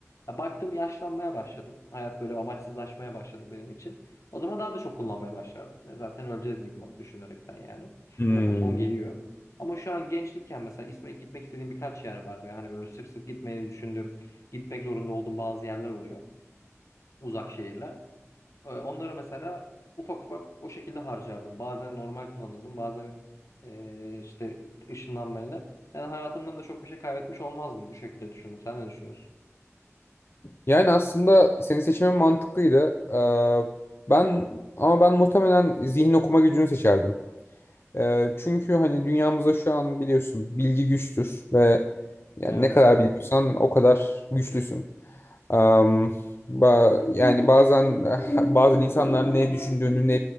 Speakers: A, on the left; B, on the left.
A: Ya baktım yaşlanmaya başladım. Hayat böyle amaçsızlaşmaya başladı benim için. O zaman daha da çok kullanmaya başladım. Ben zaten öleceğiz gibi düşünerekten yani.
B: Hmm.
A: Zaten son geliyor. Ama şu an gençlikken mesela isme gitmek istediğim birkaç yer var. Ve hani böyle sık sık gitmeyi düşündüğüm, gitmek zorunda olduğum bazı yerler oluyor. Uzak şehirler. Ee, Onlara mesela ufak ufak o şekilde harcardım. Bazen normal kullanırdım, bazen ee, işte ışınlanmayla. Yani hayatımdan da çok bir şey kaybetmiş olmazdım bu şekilde düşündüm. Sen ne düşünüyorsun?
B: Yani aslında senin seçimin mantıklıydı. Ee, ben ama ben muhtemelen zihin okuma gücünü seçerdim. Ee, çünkü hani dünyamızda şu an biliyorsun bilgi güçtür ve yani
A: Evet.
B: ne kadar biliyorsan o kadar güçlüsün. Am, ba- yani bazen eh, bazen insanlar ne düşündüğünü ne